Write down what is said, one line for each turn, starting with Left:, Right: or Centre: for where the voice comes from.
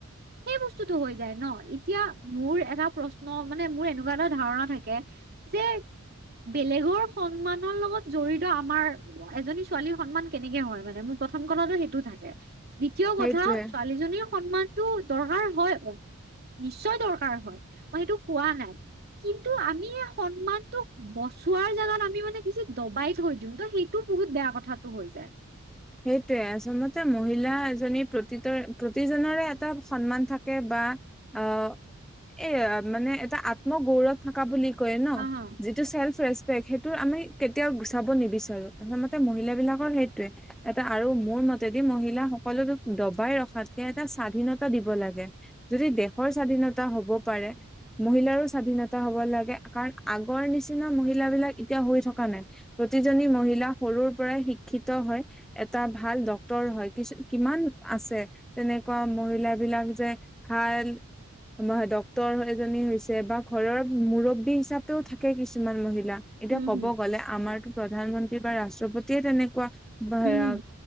Right: সেই বস্তুতো হৈ যায় ন। এতিয়া মোৰ এটা প্ৰশ্ন মানে মোৰ এনেকুৱা এটা ধাৰণা থাকে যে বেলেগৰ সন্মানৰ লগত জড়িত আমাৰ এজনী ছোৱালীৰ সন্মান কেনেকে হয় মানে মোৰ প্ৰথম কথাতো সেইটো থাকে। দ্বিতীয় কথা
Centre: সেইটোৱে
Right: ছোৱালীজনীৰ সন্মানটো দৰকাৰ হয় অ নিশ্চয় দৰকাৰ হয় মই সেইটো কোৱা নাই। কিন্তু আমি এই সন্মানটোক বচোৱাৰ জাগাত আমি মানে বেছি দবাই থৈ দিওঁ ত সেইটো বহুত বেয়া কথাটো হৈ যায়।
Centre: সেইটোৱে আচলতে মহিলা এজনী প্ৰতিতৰে প্ৰতিজনৰে এটা সন্মান থাকে বা অ' এ মানে এটা আত্মগৌৰৱ থকা বুলি কয় ন।
Right: হা হা
Centre: যি টো চেল্ফ ৰেচপেক্ট সেইটো আমি কেতিয়াও গুচাব নিবিচাৰো আচলতে মহিলা বিলাকৰ সেইটোয়ে এটা আৰু মোৰ মতেদি মহিলা সকলোকে দবাই ৰখাতকে এটা স্বাধীনতা দিব লাগে। যদি দেশৰ স্বাধীনতা হব পাৰে। মহিলাৰো স্বাধীনতা হ'ব লাগে কাৰণ আগৰ নিচিনা মহিলা বিলাক এতিয়া হৈ থকা নাই। প্ৰতিজনী মহিলা সৰুৰ পৰাই শিক্ষিত হয়। এটা ভাল ডক্তৰ হয় কিছু কিমান আছে। তেনেকুৱা মহিলা বিলাক যে ভাল ডক্তৰ এজনী হৈছে বা ঘৰৰ মুৰব্বী হিচাপেও থাকে কিছুমান মহিলা। এতিয়া
Right: উম
Centre: কব
Right: হম
Centre: গ'লে আমাৰতো প্ৰধানমন্ত্ৰী বা ৰাষ্ট্ৰপতিয়ে তেনেকুৱা।
Right: উম হম